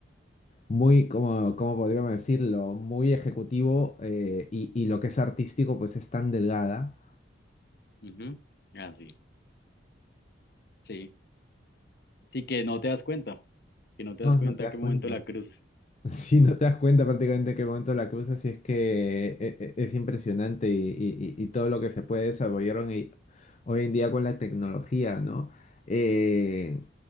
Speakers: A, on the left; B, on the left.
A: muy, como, como podríamos decirlo, muy ejecutivo eh, y, y lo que es artístico pues es tan delgada.
B: Ujú. Ah, sí, sí. Sí, que no te das cuenta, que no te
A: No,
B: das
A: no
B: cuenta
A: te das
B: qué
A: cuenta.
B: momento la cruzas.
A: <laughs> Sí,
B: Mm.
A: no te das cuenta prácticamente en qué momento la cruzas y es que eh, eh, es impresionante y, y- y- y todo lo que se puede desarrollaron y hoy en día con la tecnología, ¿no? Eh,